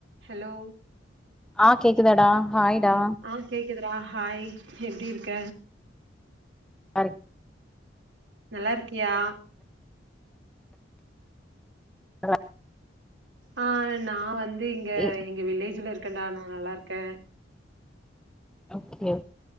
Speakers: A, on the right (about 70°); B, in the centre.
A: ஹெலோ
B: ஆ கேக்குதாடா ஹாய்டா
A: ஆ கேக்குதுடா ஹாய் எப்டி இருக்க
B: அன்
A: நல்லாருக்கியா
B: ற
A: ஆ நா வந் து இங்க
B: ஏ,
A: எங்க வில்லேஜ்ல க்கன்டா நா நல்லாருக்கே
B: ஓகே ஓ